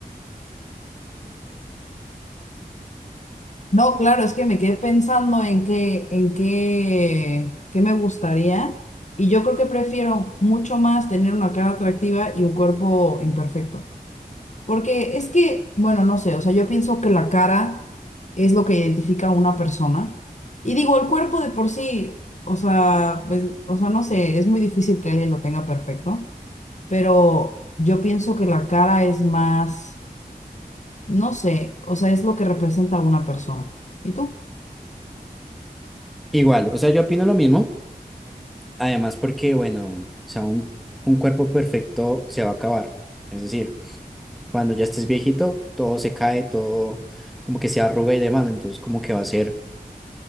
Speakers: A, on the left (about 50°); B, in the centre.
A: No, claro, es que me quedé pensando en qué, en qué, qué me gustaría. Y yo creo que prefiero mucho más tener una cara atractiva y un cuerpo imperfecto. Porque es que, bueno, no sé, o sea, yo pienso que la cara es lo que identifica a una persona. Y digo, el cuerpo de por sí, o sea, pues, o sea, no sé, es muy difícil que alguien lo tenga perfecto. Pero yo pienso que la cara es más, no sé, o sea, es lo que representa a una persona. ¿Y tú?
B: Igual, o sea, yo opino lo mismo. Además porque, bueno, o sea, un, un cuerpo perfecto se va a acabar. Es decir, cuando ya estés viejito, todo se cae, todo como que se arruga y demás. Entonces como que va a ser